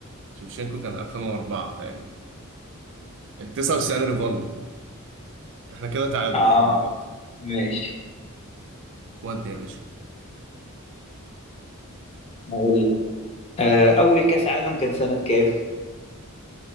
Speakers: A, on the right; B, on the left.
A: شوفشينكو كان 2004 تقريبا 99 ريفالدو احنا كده تعادل
B: اه
A: لحد دلوقتي
B: ماشي
A: ودي يا باشا
B: أقول لك. آه، أول كأس عالم كان سنة كام؟